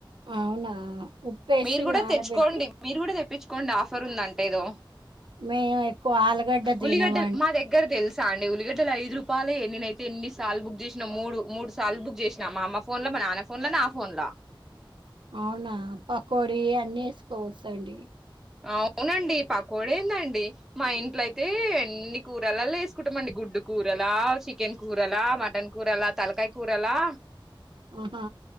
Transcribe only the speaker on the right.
అవునా ఉప్పేసి
నానబెట్టి
మేము ఎక్కువ ఆలుగడ్డ తినంమ.
అవునా పకోడి అన్ని వేసుకోవచ్చండి.
ఆహా